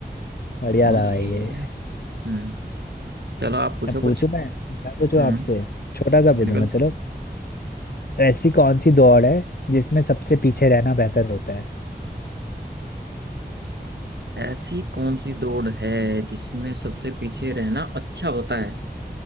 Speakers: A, on the left; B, on the right.
A: बढ़िया
B: पहुंच
A: था
B: लिए
A: भाई ये
B: हम्म चलो आप पूछो
A: अब
B: कुछ
A: पूछू मैं मैं पूछू
B: हम्म
A: आपसे छोटा सा
B: मेरे
A: पूछूंगा
B: को
A: चलो ऐसी कौन सी दौड़ है जिसमें सबसे पीछे रहना बेहतर होता है
B: ऐसी कौन सी दौड़ है जिसमें सबसे पीछे रहना अच्छा होता है